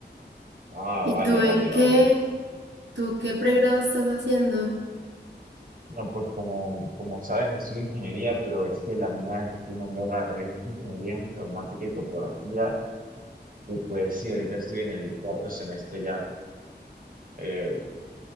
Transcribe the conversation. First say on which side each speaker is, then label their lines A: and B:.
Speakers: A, on the right; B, on the right.
A: Ah,
B: ¿Y
A: vale,
B: tú en
A: vale,
B: qué?
A: vale.
B: ¿Tú qué pregrado estás haciendo?
A: No, pues como, como sabes, yo soy ingeniería, pero es que la mía es de un nombre raro, es ingeniería en geomática y topografía. Y pues sí, ahorita estoy en el cuarto semestre ya. eh,